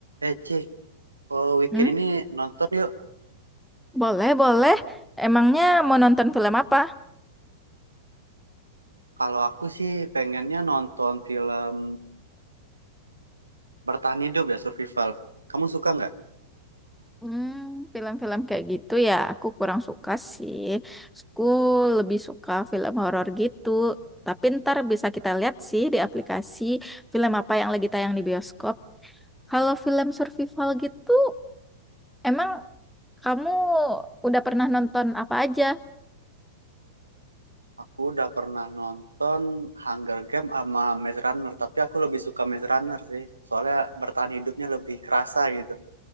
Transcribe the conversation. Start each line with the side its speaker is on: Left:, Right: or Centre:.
Right: Eh, Cih, oh, weekend
Centre: Hmm,
Right: ini nonton yuk.
Centre: boleh, boleh. Emangnya mau nonton film apa?
Right: Kalau aku sih pengennya nonton film bertahan hidup ya, survival. Kamu suka nggak?
Centre: Hmm, film-film kayak gitu ya, aku kurang suka sih. Aku lebih suka film horor gitu. Tapi ntar bisa kita lihat sih di aplikasi film apa yang lagi tayang di bioskop. Kalau film survival gitu, emang kamu udah pernah nonton apa aja?
Right: Aku udah pernah nonton Hunger Game sama Maze Runner, tapi aku lebih suka Maze Runner sih. Soalnya bertahan hidupnya lebih kerasa gitu.